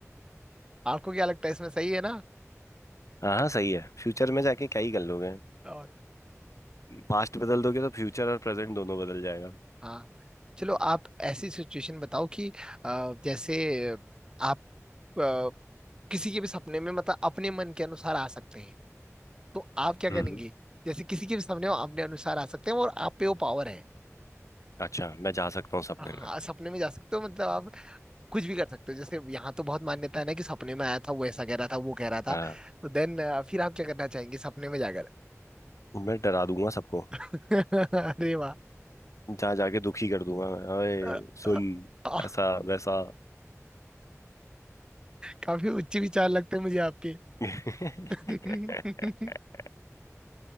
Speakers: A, on the right; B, on the left.
A: आपको क्या लगता है इसमें सही है ना
B: हाँ हाँ सही है फ्यूचर में जाके क्या ही कर लोगे
A: और
B: पास्ट बदल दोगे तो फ्यूचर और प्रेजेंट दोनों बदल जाएगा
A: हाँ चलो आप ऐसी सिचुएशन बताओ कि अ, जैसे आप अ, किसी के भी सपने में मतलब अपने मन के अनुसार आ सकते हैं तो आप क्या करेंगे
B: हम्म
A: जैसे किसी के भी सपने में अपने अनुसार आ सकते हैं और आप पे वो पावर है
B: अच्छा मैं जा सकता हूँ सपने
A: हाँ
B: में
A: सपने में जा सकते हो मतलब आप कुछ भी कर सकते हो जैसे यहाँ तो बहुत मान्यता है ना कि सपने में आया था वो ऐसा कह रहा था वो कह रहा था
B: हाँ
A: तो देन फिर आप क्या करना चाहेंगे सपने में जाकर
B: मैं डरा दूंगा सबको
A: <laughs> अरे वाह
B: जहाँ जाके दुखी कर दूंगा मैं अरे
A: अ,
B: सुन
A: अ, अ,
B: ऐसा वैसा
A: काफी उच्च विचार लगते हैं मुझे आपके
B: <laughs>
A: <laughs>